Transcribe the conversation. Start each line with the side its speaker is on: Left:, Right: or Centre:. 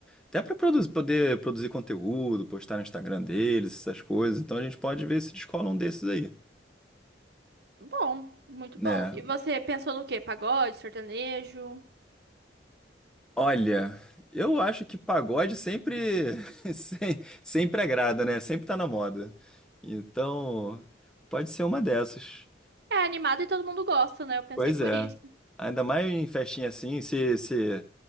Centre: até pra produzir, poder produzir conteúdo, postar no Instagram deles, essas coisas. Então a gente pode ver se descola um desses aí,
Right: Bom, muito
Centre: né?
Right: bom. E você pensou no quê? Pagode, sertanejo?
Centre: Olha, eu acho que pagode sempre <laughs> sem- sempre agrada, né? Sempre tá na moda. Então, pode ser uma dessas.
Right: É animado e todo mundo gosta, né? Eu pensei
Centre: Pois
Right: por
Centre: é.
Right: isso.
Centre: Ainda mais em festinha assim, se, se,